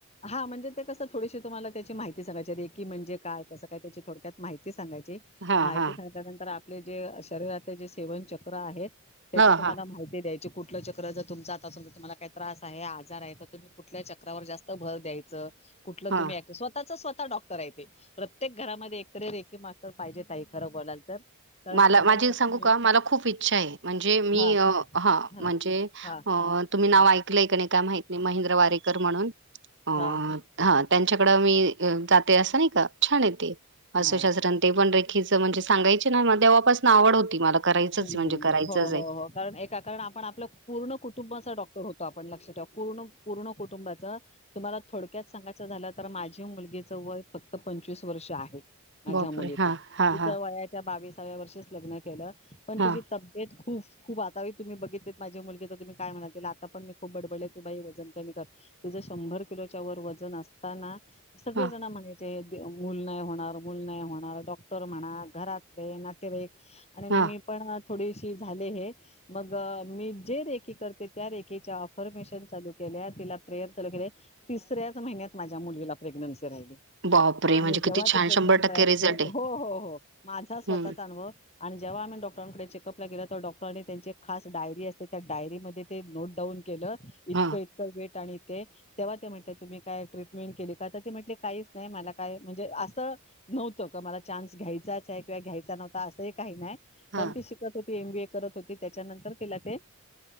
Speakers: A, on the left; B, on the right.
A: हा म्हणजे ते कसं थोडीशी तुम्हाला त्याची माहि ते सांगायचे एकी म्हणजे काय कस काय त्याची थोडक्यात माहिती सांगय चे
B: हां,
A: माहिती
B: हां.
A: सांगितल्यानंतर आपले जे शरीरातले जे सेवन चक्र आहेत. त्याची
B: हां,
A: तुम्हाला
B: हां.
A: माहिती द्याय कुठलं चक्र जर तुमच आता समज तुम्हाला काय त्रास आहे आजार आहे तर तुम्ही कुठल्या चक्रावर जास्त भर द्यायचं कुठलं
B: हां.
A: तुम्ही ऐकता स्वतःच स्व डॉक्टर आहे ते प्रत्येक घरामध्ये एकतरी रेखी मास्टर पाहिजे ताईं खरं बोलाल तर कारण
B: मला
A: ते
B: माझी
A: जर नसेल
B: सांगू का
A: ना
B: मला खूप इच्छा आहे म्हणजे मी
A: हां,
B: अं हं
A: हां,
B: म्हणजे
A: हां,
B: तुम्ही अं नाव
A: हां,
B: ऐकलंय का नाही का माहीत नाही महिंद्रा वारेकर म्हणून अं
A: हां,
B: हा त्यांच्याकडं मी जात ते अस नाही का छान आहेत ते
A: हां,
B: अस्त्रशास्त्र
A: हां.
B: अन ते पण रेखीच म्हणजे सांगायच तेव्हा पासन आवड होती मला
A: हम्म
B: म्हणजे करायचंच
A: हो हो
B: आहे.
A: हो कारण एका कारण आपण आपलं पूर्ण कुटुंबाचा डॉक्टर होतो आप पण लक्षात ठेवा पूर्ण पूर्ण कुटुंबाचा तुम्हाला थोडक्यात सांगायचं झाल तर माझी मुलगीच वय फक्त पंचवीस वर्ष आहे माझ्या
B: बापरे!
A: मुलीच्
B: हां,
A: तिच्या
B: हां, हां,
A: वयाच्या बावीस ताव्या वर्षीच लग्न केल पण
B: हां,
A: तिजी तब्येत खुप खूप खूप आता ही तुम्ही बघितले तर माझ्या मुलगी तर तुम्ही काय म्हणाल तिला आता पण मी खूप बडबडले तु बाई वजन कमी कर तिज शंभर किलोच्या वर वजन असताना सगळे
B: हां,
A: जण म्हणायचे मूल नाही होणार, मूल नाही होणार, डॉक्टर म्हणा, घरातले, नातेवाईक आणि
B: हां.
A: मी पण थोडीशी झाले हे मग, मी जे रेखी करते, त्या रेखीच्या आफरमेशन चा चालू केल्या तिला प्रेयर चालू केलय तिसऱ्याच महिन्यात माझ्या मुलीला प्रेग्नन्सी राहिली.
B: बापरे! म्हणजे
A: आणि जेव्हा
B: किती छान
A: ती प्रेग्नंट राहिली,
B: रिझल्ट
A: हो
B: आहे.
A: हो हो माझा स्वतःचा
B: हं.
A: अनुभव आणि जेव्हा आम्ही डॉक् डॉक्टरांकडे चेकअपला गेल तर डॉक्टरांनी त्यांची खास डायरी असते त्या डायरीमध्ये ते नोट डाऊन केलं. इतकं
B: हां,
A: इतकं वेट आणि ते तेव्हा ते म्हटले तुम्ही काय ट्रीटमेंट केली का तर ते म्हटले काहीच नाही मला काय अं म्हणजे असं नव्हतं का मला चान्स घ्यायचाचे किंवा घ्यायचा नव्हता असंही काही नाही.
B: हां,
A: कारन ती शिकत होती एम बी ए करत होती. त्याच्यानंतर तिला ते